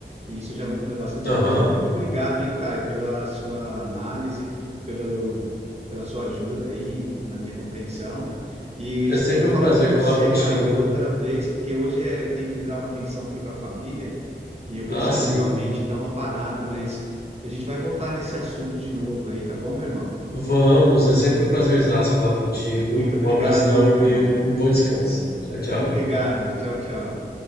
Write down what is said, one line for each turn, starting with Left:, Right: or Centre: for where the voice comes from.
Right: E isso já muda bastante
Left: Aham.
Right: coisa. Muito obrigado, hein, Thay, pela sua análise, pelo, pela sua ajuda aí na minha compreensão. E
Left: É
Right: espero
Left: sempre
Right: falar
Left: um prazer
Right: com você,
Left: falar contigo.
Right: cara, outra vez, porque hoje é- eu tenho que dar uma atenção aqui para a família e eu preciso
Left: Ah, sim.
Right: realmente dar uma parada, mas a gente vai voltar nesse assunto de novo aí, tá bom, meu irmão?
Left: Vamos, é sempre um prazerzaço falar contigo.
Right: Muito obrigado,
Left: Um abração
Right: hein, meu
Left: e
Right: irmão?
Left: um bom descanso. Tchau, tchau.
Right: Muito obrigado. Tchau, tchau.